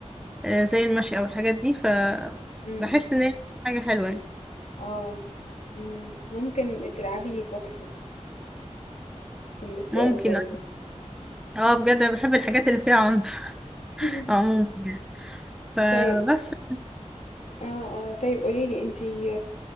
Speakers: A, in the centre; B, on the left.
A: آه، زي المشي او الحاجات دي ف
B: امم
A: بحس ان هي حاجة حلوة يعني
B: اه مم. ممكن تلعبي بوكسنج تنبسطي
A: ممكن
B: أوي برضو
A: اه بجد انا بحب الحاجات اللي فيها عنف <laughs>
B: <laughs>
A: عموما يعني فبس
B: طيب اه اه طيب قوليلي انتي